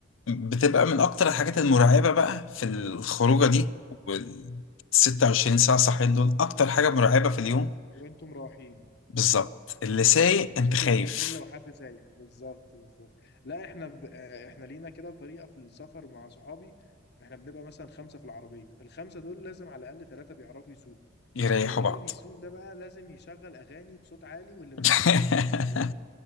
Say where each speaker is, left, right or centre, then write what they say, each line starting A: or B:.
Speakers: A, on the left; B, on the left.
A: بتبقى من اكتر الحاجات المرعبة بقى في الخروجة دي وال 26 ساعة صاحيين دول اكتر حاجة مرعبة في اليوم
B: وانتم رايحين
A: بالظبط اللي سايق انت
B: وانتم
A: خايف
B: رايحين لو حد سايق بالظبط بالظبط لا احنا ب... آه، احنا لينا كده طريقه في السفر مع صحابي احنا بنبقى مثلا خمسه في العربيه الخمسه دول لازم على الاقل ثلاثه بيعرفوا يسوق
A: يريحوا
B: واللي
A: بعض
B: هو بيسوق ده بقى لازم يشغل اغاني بصوت عالي واللي مش
A: <laughs>
B: عاجبه ينزل من العربيه